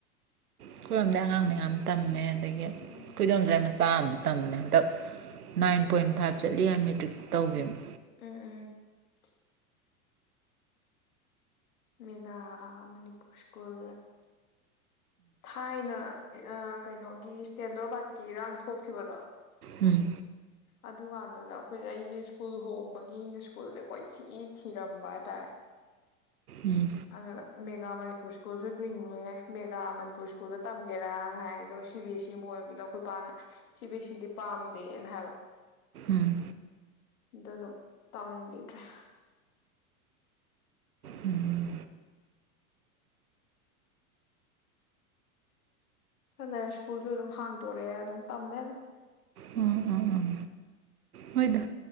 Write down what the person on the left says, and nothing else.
ꯎꯝ
ꯎꯝ-ꯎꯝ <unintelligible> ꯃꯦꯒꯥ ꯃꯅꯤꯄꯨꯨꯔ ꯁ꯭ꯀꯨꯜ ꯊꯥꯏꯅ ꯑꯥ ꯀꯩꯅꯣꯒꯤ ꯏꯁꯇꯦꯟꯗ꯭ꯔꯔꯣꯕꯥꯠꯀꯤ ꯏꯔꯥꯡ ꯊꯣꯛꯈꯤꯕꯗꯣ
ꯑꯗꯨꯀꯥꯟꯗꯨꯗ ꯑꯩꯈꯣꯏꯖꯦ ꯑꯩꯖꯦ ꯁ꯭ꯀꯨꯜ ꯍꯣꯡꯕꯒꯤ ꯁ꯭ꯀꯨꯜꯖꯦ ꯀꯣꯏꯊꯤ ꯊꯤꯔꯝꯕ ꯍꯥꯏꯇꯥꯔꯦ
ꯑꯗꯥ ꯃꯦꯒꯥ ꯃꯅꯤꯄꯨꯔ ꯁ꯭ꯀꯨꯜꯁꯨ ꯂꯤꯡꯉꯦ ꯃꯦꯒꯥ ꯃꯅꯤꯄꯨꯔ ꯁ꯭ꯀꯨꯜꯗ ꯇꯝꯒꯦꯔꯥꯅ ꯍꯥꯏꯌꯦ ꯑꯗꯣ ꯁꯤ ꯕꯤ ꯑꯦ ꯁꯤꯕꯨ ꯑꯣꯏꯕꯗꯨꯗ ꯑꯈꯣꯏ ꯄꯥꯅ ꯁꯤ ꯕꯤ ꯑꯦ ꯁꯤꯗꯤ ꯄꯥꯝꯗꯦꯅ ꯍꯥꯏꯕ
ꯑꯗ ꯑꯗꯨꯝ ꯇꯝꯒꯤꯗ꯭ꯔꯦ
ꯈꯥꯂꯩꯔꯦ ꯁ꯭ꯀꯨꯜꯖꯨ ꯑꯗꯨꯝ ꯍꯥꯡꯗꯣꯔꯛꯑꯦ ꯑꯗꯨꯝ ꯇꯝꯃꯦ ꯑꯗꯨꯝ